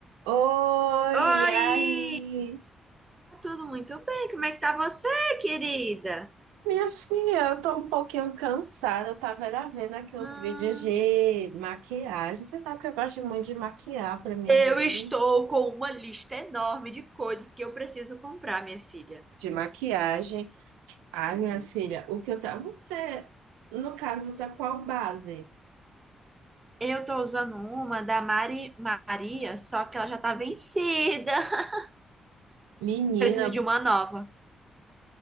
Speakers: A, on the right; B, on the right.
A: Oi,
B: Oi,
A: e aí?
B: tá tudo muito bem? Como é que tá você, querida?
A: Minha filha, eu tô um pouquinho cansada. Eu tava era vendo aqui os
B: Hum,
A: vídeos de maquiagem. Você sabe que eu gosto muito de maquiar, pra mim
B: eu
A: é bem
B: estou com uma lista enorme de coisas que eu preciso comprar, minha filha.
A: de maquiagem. Ai,
B: Uhum.
A: minha filha, o que eu tava. Você, no caso, usa qual base?
B: Eu tô usando uma da Mari Maria, só que ela já tá vencida. <laughs>
A: Menina,
B: Preciso de uma nova.